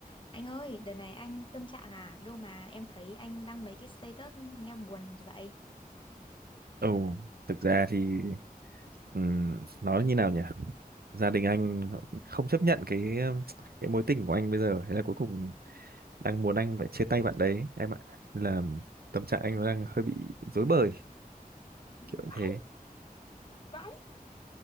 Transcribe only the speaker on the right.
Ồ, thực ra thì ừm, nói như nào nhỉ? Gia đình anh họ không chấp nhận cái, ừm, cái mối tình của anh bây giờ. Thế là cuối cùng đang muốn anh phải chia tay bạn đấy em ạ. Là tâm trạng anh đang hơi bị rối bời
kiểu như thế.